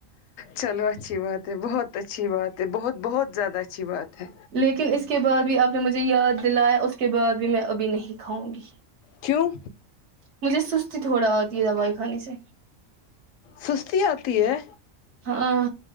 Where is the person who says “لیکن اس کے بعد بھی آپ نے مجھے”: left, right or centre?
Right